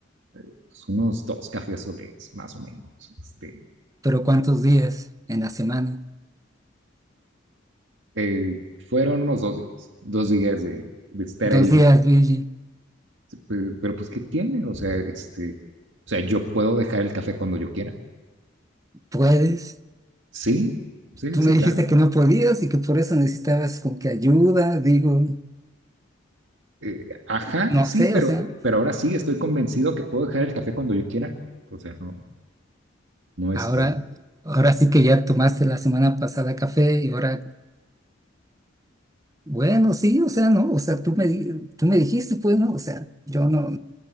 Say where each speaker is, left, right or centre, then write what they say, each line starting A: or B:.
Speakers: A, on the right (about 70°); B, on the right (about 20°).
A: pues, unos dos cafés olés más o menos. Este,
B: Pero ¿cuántos días en la semana?
A: eh, fueron unos dos días, dos días de, de estar
B: Dos
A: ahí,
B: días, Luigi.
A: pero, pero, pues ¿qué tiene? O sea, este, o sea, yo puedo dejar el café cuando yo quiera.
B: ¿Puedes?
A: Sí, sí,
B: Tú
A: sí,
B: me dijiste
A: claro.
B: que no podías y que por eso necesitabas como que ayuda, digo,
A: Eh, ajá,
B: no
A: sí,
B: sé,
A: pero,
B: o sea,
A: pero ahora sí, estoy convencido que puedo dejar el café cuando yo quiera. O sea, no, no este,
B: ahora, ahora sí que ya tomaste la semana pasada café y ahora, bueno, sí, o sea, no, o sea, tú me, di- tú me dijiste, pues, no, o sea, yo no,